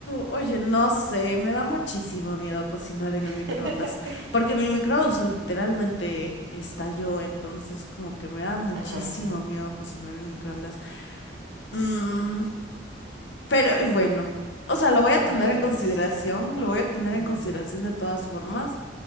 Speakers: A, on the left; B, on the right.
A: oye, no sé, me da muchísimo miedo cocinar en
B: <laughs>
A: el microondas, porque mi microondas, o sea, literalmente estalló, entonces como que me da muchísimo
B: Ajá,
A: miedo cocinar en el microondas. Mm, pero eh, bueno, o sea, lo voy
B: tú
A: a tener
B: puedes.
A: en consideración, lo voy a tener
B: Ajá,
A: en consideración de todas formas.